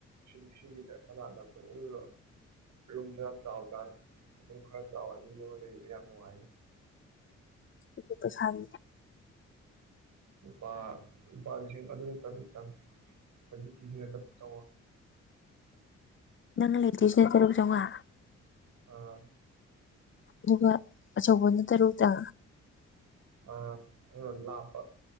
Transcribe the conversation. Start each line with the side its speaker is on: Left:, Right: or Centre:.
Right: ꯁꯤꯂꯤꯁꯤꯒꯤꯗ ꯃꯅꯥꯛ ꯅꯛꯄꯗꯔꯨꯝꯁꯨ ꯌꯥꯝ ꯆꯥꯎꯖꯥꯅꯤ ꯑꯗꯨꯝ ꯈꯔ ꯆꯥꯎꯋꯦ ꯃꯤ ꯑꯃ ꯂꯩꯕꯗ ꯌꯥꯝ ꯅꯨꯡꯉꯥꯏꯅꯤ
Left: ꯑꯗꯨ ꯄꯁꯥꯟ
Right: ꯅꯨꯄꯥ ꯅꯨꯄꯥ ꯂꯤꯁꯤꯡ ꯑꯗꯨꯅꯛꯇꯛꯇꯪ ꯍꯧꯖꯤ ꯁꯤꯠꯇ ꯆ <unintelligible>
Left: ꯅꯪꯅ ꯂꯩꯇꯣꯏꯁꯤꯅ ꯇꯔꯨꯛ ꯆꯧꯉꯥ
Right: ꯑꯥ
Left: ꯑꯗꯨꯒ ꯑꯆꯧꯕꯅ ꯇꯔꯨꯛ ꯇ
Right: ꯑꯥ ꯑ ꯂꯥꯞ ꯄꯥ